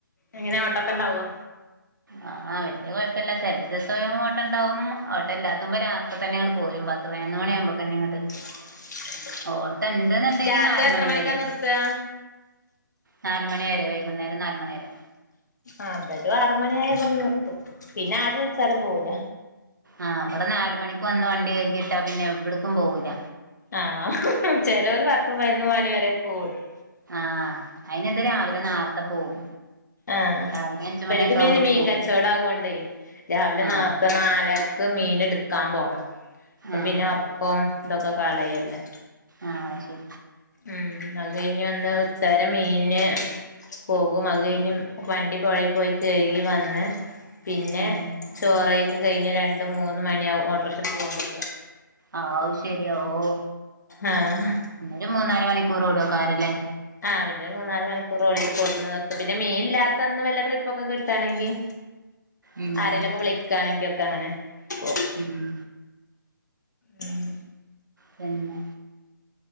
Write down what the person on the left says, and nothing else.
എങ്ങനെയാ ഓട്ടൊക്കെ ഉണ്ടാവോ?
<inaudible>
രാത്രി
എത്ര
മണിക്കാ നിർത്താ
ആഹ് ഇവരും ആറുമണിയായ ഇതങ്ങു നിർത്തും പിന്നെ ആരും വിളിച്ചാലും പോവില്ല.
ആഹ് ചെലവര് പത്ത് പതിനൊന്ന് മണി വരെയൊക്കെ ഓടും
ആഹ്
ഇവര്ക്ക്
പിന്നെ
മീൻ
കച്ചവടം ആവോണ്ടേ രാവിലെ
നേർത്തേ നാലര് ർക്ക് മീൻ എടുക്കാൻ പോണം അപ്പൊ
പിന്നെ ഒറക്കവും ഇതൊക്കെ കളയല്ലേ
ഉം അത് കഴിഞ്ഞ് വന്ന് ഉച്ച വരെ മീനിന് പോകും. അത് കഴിഞ്ഞ്
വണ്ടി പുഴയി പോയി കഴുകി വന്ന് പിന്നെ
ചോറ് കഴിയൊക്കെ കഴിഞ്ഞ് രണ്ടും മൂന്ന് മണിയാവും ഓട്ടോറിക്ഷ എടുത്ത് പോകുമ്പോക്ക്
ആഹ്
ആഹ് പിന്നെ ഒരു മൂന്നാല് മണിക്കൂർ ഓടിയിട്ട് കൊണ്ട്ന്ന് നിർത്ത് പിന്നെ മീൻ ഇല്ലാത്തന്ന് വല്ല ട്രിപ്പ് ഒക്കെ കിട്ടാണെങ്കിൽ
ആരെലൊക്കെ വിളിക്കയാണെങ്കിലൊക്കെ അങ്ങനെ പോവും.
ഉം